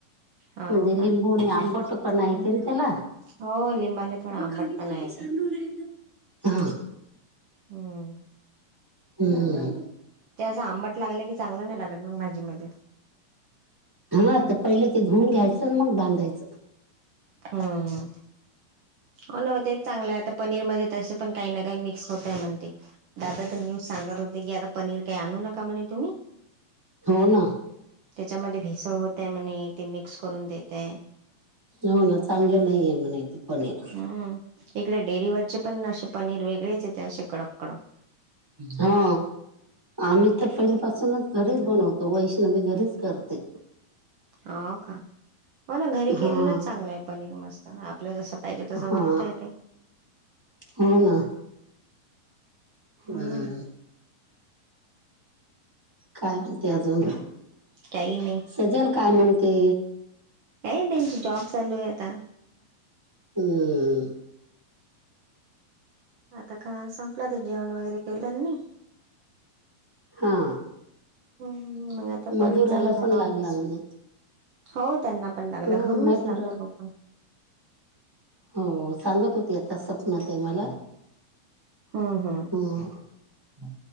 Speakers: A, on the right; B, in the centre.
A: हो
B: म्हणजे लिंबू
A: का
B: आणि आंबटो पण आहे त्यां त्याला
A: हो लिंबाने थोडा आंबट
B: खाली
A: पण
B: पाणी
A: आहे
B: सांडू
A: ते
B: राहिलं
A: हम
B: हम्
A: त्या असं आंबट लागलं की चांगलं नाही लागत मग भाजी मध्ये
B: हा तर पहिले ते धुऊन घ्यायचं मग बांधायचं.
A: हम्म, हो न तेच चांगलं आहे. आता पनीर मध्ये तसे पण काही ना काही मिक्स होत. म्हणते दादा तर न्यू सांगत होते की आता पनीर काही आणू नका म्हणे तुम्ही.
B: हो ना,
A: त्याच्यामध्ये भेसळ होतय म्हणे ते मिक्स करून देतय.
B: हो ना चांगलं नाही आहे म्हणे ते पनीर
A: हम्म, इकडे डेअरी वरचे पण असे पनीर वेगळेच येत असे. कडक कडक
B: हा आम्ही तर पहिली पाासूनच घरीच बनवतो. वैष्णवी घरीच करते.
A: हो का, हो ना घरी
B: हा
A: केलेलंच चांगलं आहे. पनीर मस्त आपलं जस पाहिजे तसं
B: हा
A: बनवता येते.
B: हो ना
A: हम्म
B: हम् काय म्हणते, अजून
A: काही नाही
B: सजन काय म्हणते?
A: काय त्यांची जॉब चालू आहे आता
B: हम्म
A: आता का संपला ते जेवण वगैरे केलं नी.
B: हा
A: हम् मग आता
B: मधुराला
A: परत चालू झालं.
B: पण लागला
A: ऑफिस
B: म्हणे
A: हो त्यांना पण लागला
B: हो
A: घरूनच
B: मधुरा
A: लागला तो पण
B: हो, सांगत होती. आता सपना ताई मला
A: हम्म हम्म
B: हा